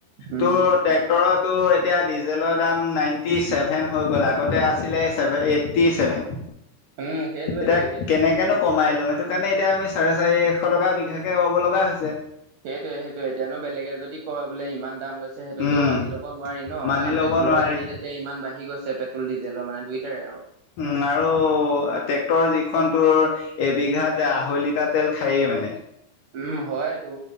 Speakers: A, on the right (about 80°); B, on the left (about 75°).
A: উম।
B: তো ট্ৰেক্টৰতো এতিয়া ডিজেলৰ দাম নাইণ্টি ছেভেন হৈ গ'ল আগতে আছিলে ছেভ এইট এইটি ছেভেন
A: উম সেইটোয়েতো
B: এতিয়া কেনেকেনো কমাই ল'ম, সেইটো কাৰণে এতিয়া আমি চাৰে চাৰিশ টকা বিঘাকে ল'ব লগা হৈছে।
A: সেইটৱে-সেইটোৱে এতিয়ানো বেলেগে যদি কয় বোলে ইমান দাম লৈছে সেইটোতো
B: উম
A: মানি ল'ব নোৱাৰি ন'
B: মানি
A: কাৰণ
B: ল'ব
A: পেট্ৰলৰ
B: নোৱাৰি
A: দামটো যে এতিয়া ইমান বাঢ়ি গৈছে পেট্ৰল ডিজেলৰ মানে দুইটাৰে আৰু।
B: উম, আৰু ট্ৰেক্টৰযিখন তোৰ এবিঘাত আহৈলিতাৰ তেল খায়েই মানে।
A: উম, হয় এইটো।